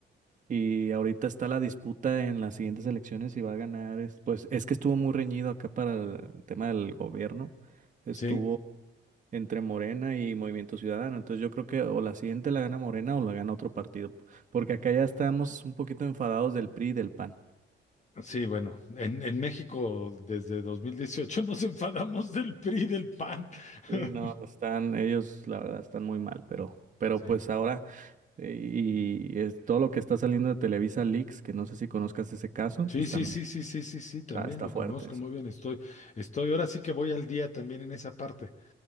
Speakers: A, on the right; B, on the left.
A: Y ahorita está la disputa en las siguientes elecciones si va a ganar. es- Pues es que estuvo muy reñido acá para el, el tema del gobierno. Estuvo
B: Sí.
A: entre Morena y Movimiento Ciudadano. Entonces yo creo que o la siguiente la gana Morena o la gana otro partido. Porque acá ya estamos un poquito enfadados del PRI y del PAN.
B: Sí, bueno, en, en México desde 2018 nos enfadamos del PRI y del PAN.
A: Sí,
B: <laughs>
A: no, están, ellos la verdad están muy mal, pero, pero
B: Sí.
A: pues ahora, eh, y es todo lo que está saliendo de Televisa Leaks, que no sé si conozcas ese caso,
B: Sí,
A: pues
B: sí,
A: también
B: sí, sí, sí, sí, sí, también
A: está, está
B: lo
A: fuerte
B: conozco
A: eso.
B: muy bien. Estoy, estoy, ahora sí que voy al día también en esa parte.